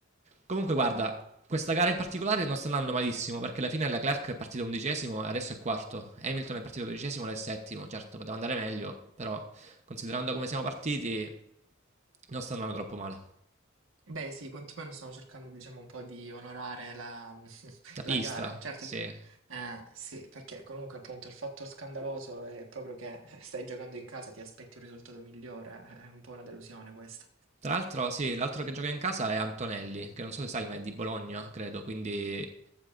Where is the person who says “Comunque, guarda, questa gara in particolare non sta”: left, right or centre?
Right